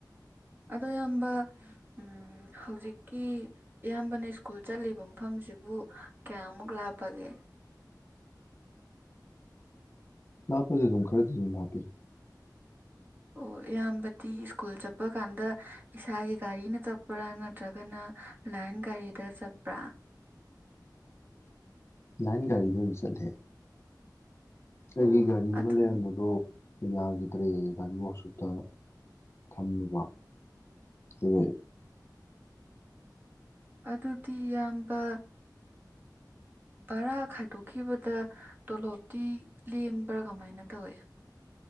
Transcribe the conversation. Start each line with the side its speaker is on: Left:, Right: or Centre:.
Right: ꯑꯗꯣ ꯏꯌꯥꯝꯕ ꯎꯝ ꯍꯧꯖꯤꯛꯀꯤ ꯏꯌꯥꯝꯕꯅ ꯁ꯭ꯀꯨꯜ ꯆꯠꯂꯤꯕ ꯃꯐꯝꯁꯤꯕꯨ ꯀꯌꯥꯃꯨꯛ ꯂꯥꯞꯄꯒꯦ
Left: ꯂꯥꯞꯄꯁꯦ ꯑꯗꯨꯝ ꯈꯔꯗꯤ ꯑꯗꯨꯝ ꯂꯥꯞꯄꯤ
Right: ꯑꯣ ꯏꯌꯥꯝꯕꯗꯤ ꯁ꯭ꯀꯨꯜ ꯆꯠꯄ ꯀꯥꯟꯗ ꯏꯁꯥꯒꯤ ꯒꯥꯔꯤꯅ ꯆꯠꯄ꯭ꯔꯥ ꯅꯠꯇ꯭ꯔꯒꯅ ꯂꯥꯏꯟ ꯒꯥꯔꯤꯗ ꯆꯠꯄ꯭ꯔꯥ
Left: ꯂꯥꯏꯟ ꯒꯥꯔꯤꯗ ꯆꯠꯂꯦ ꯑꯩꯒꯤ
Right: ꯑꯣ
Left: ꯒꯥꯔꯤ ꯑꯃ
Right: ꯑꯗꯨ
Left: ꯂꯩꯔꯝꯕꯗꯣ ꯌꯥꯈꯤꯗ꯭ꯔꯦ ꯒꯥꯔꯤ ꯋꯥꯛꯁꯣꯞꯇ ꯊꯝꯂꯨꯕ ꯍꯣꯢ
Right: ꯑꯗꯨꯗꯤ ꯌꯥꯝꯕ ꯕꯔꯥ ꯈꯥꯏꯗꯣꯛꯈꯤꯕꯗ ꯇꯣꯂꯣꯞꯇꯤ ꯂꯦꯝꯕ꯭ꯔꯥ ꯀꯃꯥꯏꯅ ꯇꯧꯋꯦ